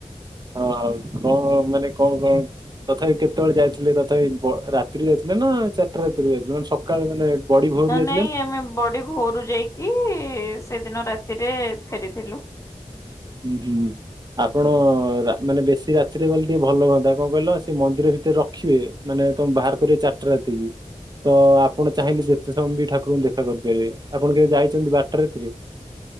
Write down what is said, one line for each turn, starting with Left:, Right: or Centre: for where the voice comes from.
Right: ଅ କ ମାନେ କଣ ପାଇଁ? ତଥାବି କେତେବେଳେ ଯାଇଥିଲେ ତଥାପି ବ ରାତିରୁ ଯାଇଥିଲେ ନାଁ ଚାରିଟା ରାତିରୁ ଯାଇଥିଲେ ମାନେ ସକାଳେ ମାନେ। ବଡି ଭୋରୁ ଯାଇ
Left: ନାଇଁ ଆମେ ବଡି ଭୋରୁ ଯାଇକି ସେଦିନ ରାତିରେ ଫେରିଥିଲୁ।
Right: ଉଁ ହୁଁ। ଆପଣ ରା ମାନେ ବେଶୀ ରାତିରେ ଗଲେ ଟିକେ ଭଲ ହୁଅନ୍ତା କଣ କହିଲ ସେ ମନ୍ଦିର ଭିତରେ ରଖିବେ। ମାନେ ତମେ ଭାଆର କରିବ ଚାରିଟା ରାତିରୁ। ତ ଆପଣ ଚାହିଁଲେ ଯେତେ ସମୟ ବି ଠାକୁରଙ୍କୁ ଦେଖା କରିପାରିବେ ଆପଣ କେବେ ଯାଇଛନ୍ତି ବାରଟା ରାତି ରେ?